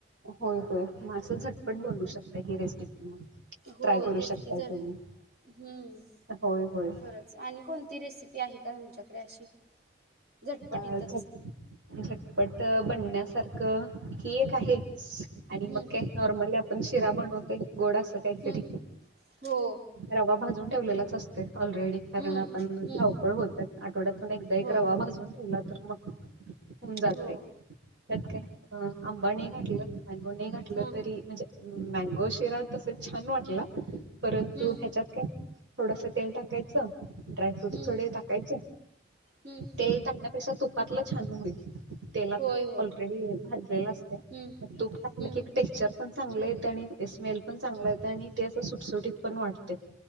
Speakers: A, on the right; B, on the right.
A: होय होय म असं झटपट बनवु शकता ही रेसिपी
B: हो
A: ट्राय करू
B: तेच
A: शकताय
B: की जर
A: तुम्ही
B: हम्म
A: होय होय
B: खरच आणि कोणती रेसिपी आहे का तुमच्याकडे अशी झटपटीतच.
A: आता झटपट बन पाण्यासारख ही एक आहे आणि
B: हं,
A: मग काय नॉर्मली आपण शिरा बनवतोय गोड असं काहीतरी
B: हं. हो.
A: रवा भाजून ठेवलेलाच असते ऑलरेडी कारण
B: हं,
A: आपण
B: हं.
A: धावपळ होतात आठवड्यातून एकदा एक
B: होय,
A: रवा भाजून ठेवला तर मग होन जाते
B: हो.
A: त्यात काय अ आंबानी घाठलं मँगो नाही घटलं
B: हं,
A: तरी म्हणजे मँगो शिरा तस छान वाटला परंतु
B: हं.
A: ह्याच्यात काय थोडस तेल टाकायचं ड्रायफ्रूट
B: हम्म
A: थोडे टाकायचे
B: हम्म
A: तेल टाकण्यापेक्षा तुपातलं छान होईल तेलात
B: होय होय
A: ऑलरेडी भाजलेला असते
B: हम्म
A: मग तूप टाकलं
B: हम्म
A: की टेक्चर पण चांगले येत आणि स्मेल पण चांगला येत आणि ते असं सुटसुटीत पण वाटते